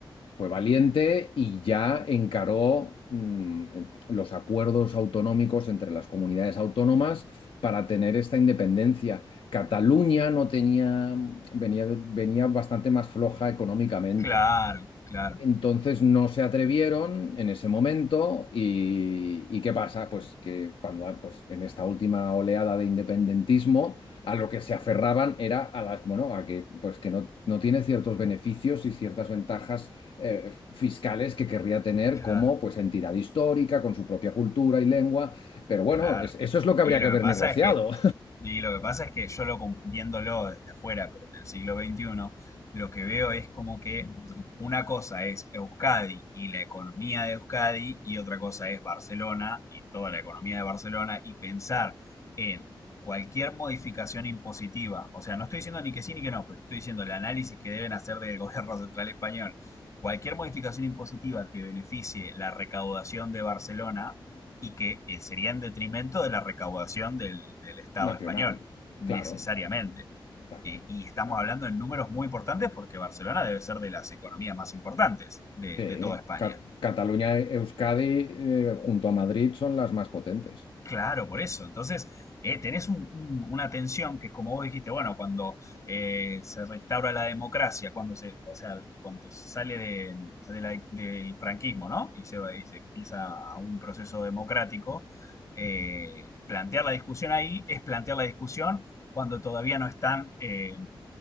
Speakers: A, on the left; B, on the left.
A: fue valiente y ya encaró mm, los acuerdos autonómicos entre las comunidades autónomas para tener esta independencia. Cataluña no tenía, venía, venía bastante más floja económicamente.
B: Claro, claro,
A: Entonces no se atrevieron en ese momento y, y ¿qué pasa? Pues que cuando pues en esta última oleada de independentismo a lo que se aferraban era a las, bueno, a que pues que no, no tiene ciertos beneficios y ciertas ventajas eh, fiscales que querría tener
B: claro.
A: como pues entidad histórica con su propia cultura y lengua, pero bueno,
B: Claro.
A: es- eso es lo que
B: Y
A: habría
B: lo
A: que haber
B: que pasa
A: negociado
B: es que, y lo que pasa es que yo lo com- viéndolo desde afuera, pero en el siglo veintiuno, lo que veo es como que una cosa es Euskadi y la economía de Euskadi, y otra cosa es Barcelona y toda la economía de Barcelona, y pensar en cualquier modificación impositiva. O sea, no estoy diciendo ni que sí ni que no, pero estoy diciendo el análisis que deben hacer del gobierno central español. Cualquier modificación impositiva que beneficie la recaudación de Barcelona y que eh, sería en detrimento de la recaudación del, del
A: <laughs>
B: Estado
A: nacional,
B: español, necesariamente.
A: claro, claro,
B: Eh, y estamos
A: claro.
B: hablando en números muy importantes porque Barcelona debe ser de las economías más importantes de,
A: Sí,
B: de toda España.
A: Ca- Cataluña, e- Euskadi, eh, junto a Madrid, son las más potentes.
B: Claro, por eso. Entonces, eh, tenés un- un- una tensión que es como vos dijiste, bueno, cuando eh, se restaura la democracia, cuando se, o sea, cuando se sale de, de la del franquismo, ¿no? Y se, va- y se empieza a un proceso democrático, eh, plantear la discusión ahí es plantear la discusión cuando todavía no están eh,